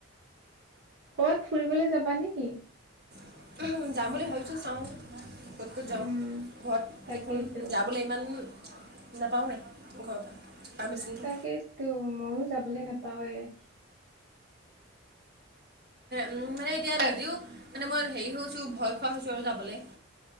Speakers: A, on the right; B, on the right.
A: ক'ৰবাত ফুৰিবলৈ যাবা নেকি?
B: ‌ উম যাম বুলি ভাবিছো চাওঁ। ক'ত ক'ত যাওঁ
A: উম।
B: ঘৰত
A: তাকেইতো,
B: দেখোন যাবলৈ ইমান নাপাওৱেই ঘৰৰ পৰা। পাৰ্মিশ্যনটো
A: তাক‌ইতো ময়ো যাবলৈ নাপাওঁৱেই।
B: উম মানে এতিয়া আজিও মানে মই হেৰি হৈছো ভয় খোৱা হৈছো আৰু যাবলে।